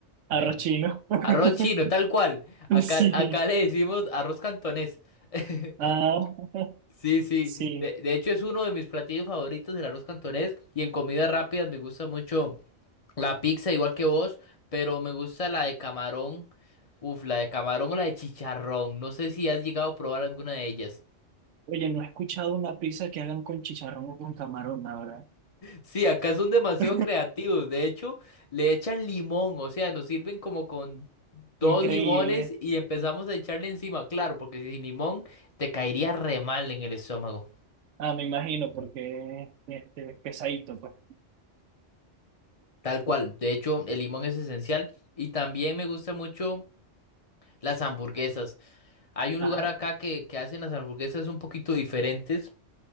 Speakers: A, on the left; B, on the right.
A: Me-
B: arroz chino. <laughs>
A: arroz chino, tal cual. Acá,
B: Sí,
A: acá le decimos arroz cantonés. <laughs>
B: ah,
A: Sí, sí.
B: sí.
A: De, de hecho, es uno de mis platillos favoritos, el arroz cantonés. Y en comidas rápidas me gusta mucho la pizza, igual que vos, pero me gusta la de camarón. Uf, la de camarón o la de chicharrón. No sé si has llegado a probar alguna de ellas.
B: Oye, no he escuchado una pizza que hagan con chicharrón o con camarón, la verdad.
A: Sí, acá son demasiado
B: <laughs>
A: creativos. De hecho, le echan limón, o sea, nos sirven como con dos
B: Increíble.
A: limones y empezamos a echarle encima, claro, porque sin limón te caería re mal en el estómago.
B: Ah, me imagino, porque este, pesadito, pues.
A: Tal cual. De hecho, el limón es esencial. Y también me gusta mucho las hamburguesas. Hay un
B: Ajá,
A: lugar acá que, que hacen las hamburguesas un poquito diferentes,